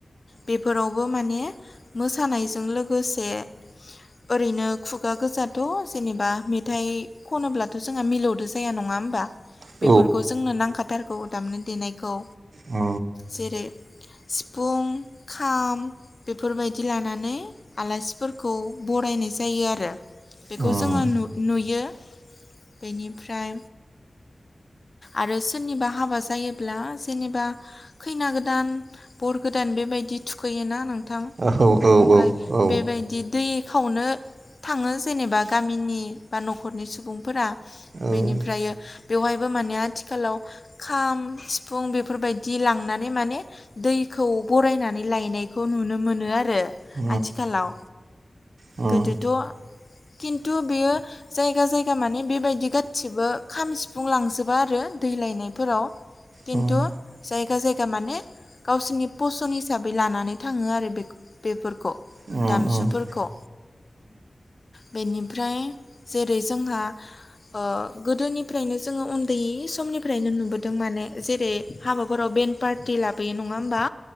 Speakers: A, on the left; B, on the right.
A: बेफोरावबो माने मोसानायजों लोगोसे ओरैनो खुगा गोजाथ' जेनेबा मेथाइ खनोब्लाथ' जोंहा मिलौदो जाया नङा होम बा
B: उम
A: बेफोरखौ जोंनो नांखाथारगौ दामनाय देनायखौ।
B: अ।
A: जेरै सिफुं खाम बेफोरबाय दि लानानै आलासिफोरखौ बरायनाय जायो आरो। बेखौ
B: उम
A: जोङो नुयो बेनिफ्राय आरो सोरनिबा हाबा जायोब्ला जेनेबा खैना गोदान बर गोदान बेबाय दि थुखैयोना नोंथां
B: औ औ
A: ओमफ्राय
B: औ
A: बेबायदि दै खावनो थाङो जेनेबा गामिनि बा न'खरनि सुबुंफोरा।
B: औ
A: बेनिफ्रायो बेवहायबो माने आथिखालाव खाम सिफुं बेफोरबायदि लांनानै माने दै खौ बरायनानै लायनायखौ नुनो मोनो आ रो
B: उम
A: आथिखालाव।
B: उम
A: गोदोथ' खिन्थु बेयो जायगा जायगा माने बेबायदि गादसिबो खाम सिफुं लांजोबा आरो। दै लायफोराव खिन्थु
B: उम
A: जायगा जाय गा माने गावसोरनि फसन हिसाबै लानानै थाङो आरो बेखौ बेफोर खौ
B: उम उम
A: दामजुफोरखौ।
B: उम
A: बेनिफ्राय जेरै जोंहा ओ गोदोनिफ्रायनो जोङो उन्दै समनिफ्रायनो नुबोदों माने जेरै हाबाफोराव बे बेन पार्टि लाबोयो नङा होमबा?